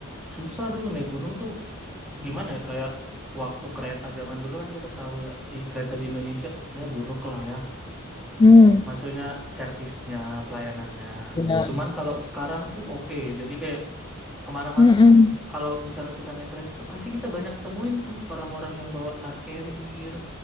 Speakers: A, in the centre; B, on the left.
A: susah dulu naik gunung tuh gimana ya kayak waktu kereta zaman dulu kan kita tahu ya i- kereta di Indonesia ya buruk lah ya.
B: Hmm,
A: Maksudnya servisnya, pelayanannya.
B: bener,
A: Cuman kalau sekarang tuh oke. Jadi kayak kemana-mana
B: mhm,
A: tuh kalau misalnya kita naik kereta pasti kita banyak temuin tuh orang-orang yang bawa tas carrier